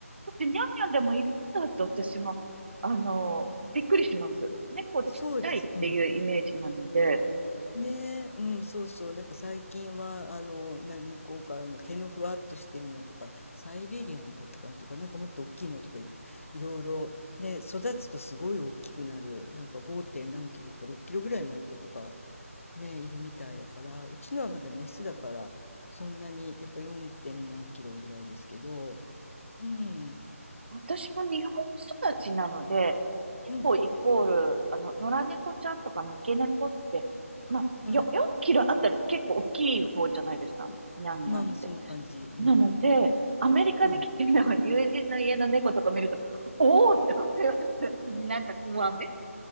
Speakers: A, on the right (about 45°); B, on the left (about 60°).
A: 大きくてにゃんにゃんでもいるんだって私も、あの、びっくりします。猫ちっちゃいっていうイメージなので、
B: そうです。うん。ねえ、うん、そうそう。なんか最近は、あの、な向こうからの毛のふわっとしてるのとか、サイベリアンだったかなとか、なんかもっと大きいのとかい、いろいろ、ね、育つとすごい大きくなる。なんか 5. 何キロとか6キロぐらいになる子とかね、いるみたいだから、うちのはまだメスだから、そんなに、やっぱ 4. 点何キロぐらいですけど、うん、
A: 私も日本育ちなので、猫イコール、
B: うん、
A: あの、野良猫ちゃんとか三毛猫って、まあ、
B: は
A: よ、4キロあったら結構大きい方じゃないですか。
B: い。んまあまあ、
A: にゃんにゃんって。
B: そんな感じ。うん、
A: なので、アメリカに来てるの友人の家の猫とか見ると、
B: はい。
A: おおって思います。なんかもうアメリ